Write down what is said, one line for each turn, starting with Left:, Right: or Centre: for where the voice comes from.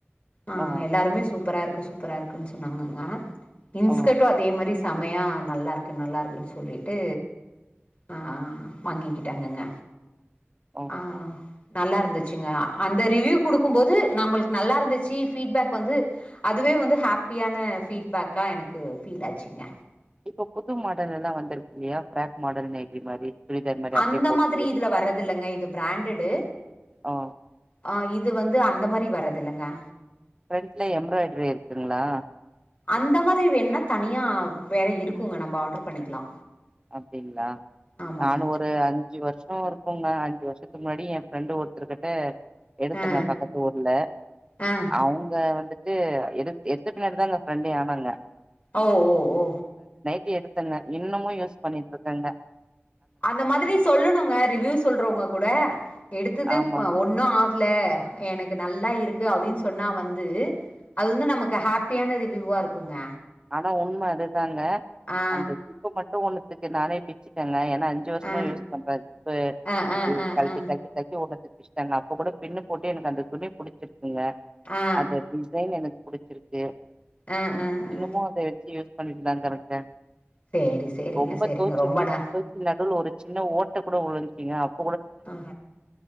Left: ஆஹ்
Right: ஓ
Left: எல்லாருமே சூப் பரா இருக்கு சூப்பரா இருக்குன்னு சொன்னாங்கங்கா இன்ஸ்கர்ட்டு
Right: ஓ
Left: அதே மாரி செமையா நல்லாருக்கு நல்லாருக்குன்னு சொல்லிட்டு ஆ வாங்கிக்கிட்டாங்கங்க
Right: ஓஹோ
Left: ஆ நல்லா இருந்துச்சுங்க அந்த ரிவ்யூ குடுக்கும் போது நம்மளுக்கு நல்லா இருந்துச்சு ஃபீட்பேக் வந்து அதுவே வந்து ஹாப்பியான ஃபீட்பேக்கா எனக்கு ஃபீல் ஆச்சுங்க
Right: இப்ப புது மாடல் எல்லா வந்திருக்கு இல்லையா ஃபிராக் மாடல் நைட்டி மாரி சுடிதார் மாரி
Left: அந்த
Right: அப்டியே போட்டுட்டு
Left: மாதிரி
Right: வெளிய
Left: இதுல
Right: போறது
Left: வரது இல்லைங்க இது பிராண்டடு
Right: ஓ
Left: ஆ இது வந்து அந்த மாரி வர்ற து இல்லங்கா
Right: ஃப்ரன்ட்ல எம்ப்ராய்டரி இருக்குங்களா
Left: அந்த மாதிரி வேணுனா தனியா வேற இருக்குங்க நம்ப ஆர்டர் பண்ணிக்கலா
Right: அப்டிங்களா
Left: ஆமாங்க
Right: நானு ஒரு அஞ்சு வருஷோ இருக்குங்க அஞ்சு வருஷத்துக்கு முன்னாடி என் ஃபிரெண்டு ஒருத்தர்கிட்ட எடுத்தங்க
Left: ஆ
Right: பக்கத்து ஊர்ல
Left: ஆ
Right: அவங்க வந்துட்டு எடு எடுத்ததுனாலதாங்க ஃப்ரெண்டே ஆனாங்க
Left: ஓ ஓ ஓ
Right: டி எடுத்தங்க இன்னமு யூஸ் பண்ணிட்டு இருக்கங்க
Left: அந்த மாதிரி சொல்லணுங்க ரிவ்யூ சொல்றவங்க கூட எடுத்தது
Right: ஆமாங்க
Left: ஆ ஒன்னு ஆ கல எனக்கு நல்லா இருக்கு அப்டின்னு சொன்னா வந்து அது வந்து நமக்கு ஹாப்பியான ரிவியூவா இருக்குங்க
Right: ஆனா உண்மை அது தாங்க
Left: ஆ
Right: அந்த ஷிப்பு மட்டு ஒண்ணு பிஞ்சிருச்சு நானே பிச்சுட்டேங்க ஏன் னா அஞ்சு வருஷமா
Left: ஆ
Right: யூஸ் பண்ற இப்ப
Left: ஆ ஆ
Right: இது
Left: ஆ
Right: கழட்டி
Left: ஆ ஆ
Right: கழட்டி கழட்டி ஒன்னுத்துல பிச்சுட்டங்க இப்ப கூட பின்னு போட்டு எனக்கு அந்த துணி புடிச்சிருக் குங்க
Left: ஆ
Right: அந்த டிசைன் எனக்கு புடிச் சிருக்கு
Left: ஆஹ் ஆஹ் ஆஹ்
Right: மு அத வச்சு யூஸ் பண்ணிட்டுதாங்க இருக்கே
Left: சேரி சேரிங்க
Right: ரொம்ப
Left: சேரிங்க
Right: தொவச்சு
Left: ரொம்ப
Right: தொவச்
Left: ந
Right: தொவச்சு நடுவுல ஒரு சின்ன ஓட் ட கூட வுழுந்திருச்சுங்க அப்
Left: <inaudible>